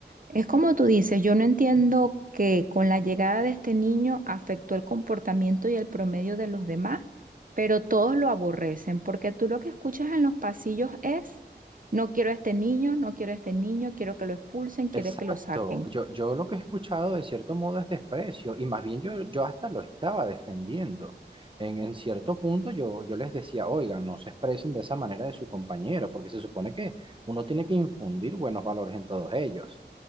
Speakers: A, on the right; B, on the right.
A: Es como tú dices, yo no entiendo que con la llegada de este niño afectó el comportamiento y el promedio de los demás, pero todos lo aborrecen, porque tú lo que escuchas en los pasillos es, no quiero a este niño, no quiero a este niño, quiero que lo expulsen, quiero
B: Exacto,
A: que lo saquen.
B: yo, yo lo que he escuchado de cierto modo es desprecio y más bien yo, yo hasta lo estaba defendiendo. En, en cierto punto yo, yo les decía, oigan, no se expresen de esa manera de su compañero, porque se supone que uno tiene que infundir buenos valores en todos ellos.